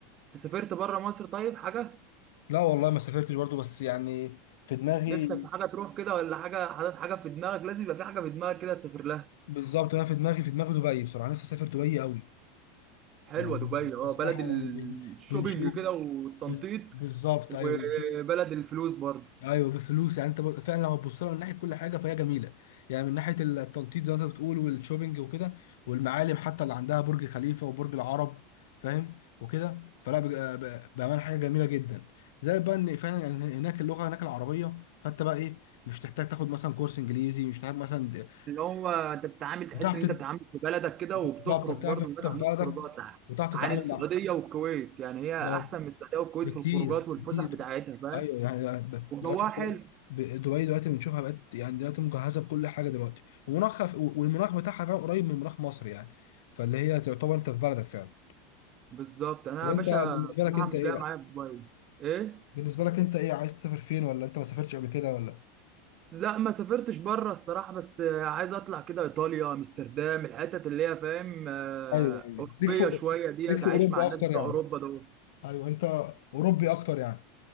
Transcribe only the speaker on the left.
لا والله ما سافرتش برضو بس يعني في دماغي
بالظبط انا في دماغي في دماغي دبي بصراحه نفسي اسافر دبي قوي
يعني
بصراحة
يعني بن- بنشوف
بز- بالظبط
ايوه بنشوف
ايوه بفلوس يعني انت ب- فعلا لو هتبص لها من ناحيه كل حاجه فهي جميله يعني من ناحيه التنطيط زي ما انت بتقول والشوبينج وكده والمعالم حتى اللي عندها برج خليفه وبرج العرب فاهم وكده فلا بج- ب- بامانه حاجه جميله جدا زي بقى ان فعلا يعني هناك اللغه هناك العربيه فانت بقى ايه مش تحتاج تاخد مثلا كورس انجليزي مش تحتاج مثلا د-
بتعرف
تت-
بالظبط
هتعرف
انت
في بلدك
وتعرف
تتعامل
مع
بالظبط.
بكتير
كتير
ايوه يعني ب-
دلوقتي
ب- دبي دلوقتي بنشوفها بقت يعني دلوقتي مجهزه بكل حاجه دلوقتي ومناخها والمناخ بتاعها فعلا قريب من مناخ مصر يعني فاللي هي تعتبر انت في بلدك فعلا
طب
انت
بالنسبه
لك انت
ايه
بقى؟
بالنسبه لك انت ايه عايز تسافر فين ولا انت ما سافرتش قبل كده ولا؟
ايوه يعني
ليك في
ليك في
اوروبا
اكتر
يعني
ايوه انت اوروبي اكتر يعني